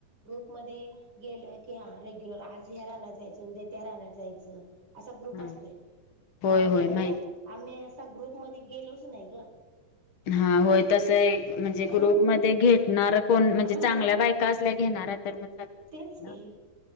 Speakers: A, on the right; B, on the left.
A: मधे गेलं की, हा रेग्युलर आज ह्या रानात जायचं, उद्या त्या रानात जायचं. असा ग्रुप
B: हा
A: असतोय.
B: होय
A: अजून
B: होय
A: आम्ही
B: माहिती
A: त्या आम्ही असा ग्रुपमध्ये गेलोच नाही गं.
B: हा, होय तस एक म्हणजे
A: हा
B: ग्रुप मध्ये घेतणार, कोण म्हणजे?
A: हा
B: चांगल्या बायका असल्या की घेणार हाय तर मग. चालते जायला
A: तेच की,